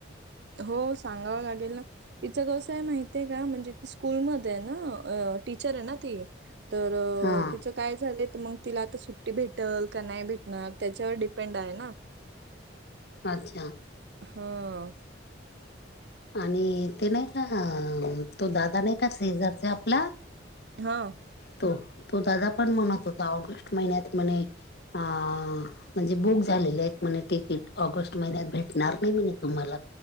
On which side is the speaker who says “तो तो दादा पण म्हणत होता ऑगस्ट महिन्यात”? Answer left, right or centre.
Left